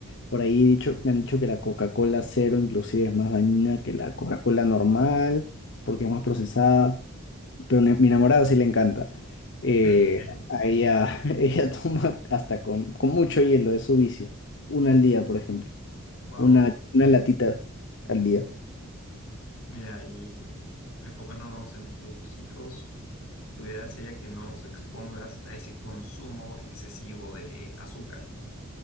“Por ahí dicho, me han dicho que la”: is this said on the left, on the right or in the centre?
Left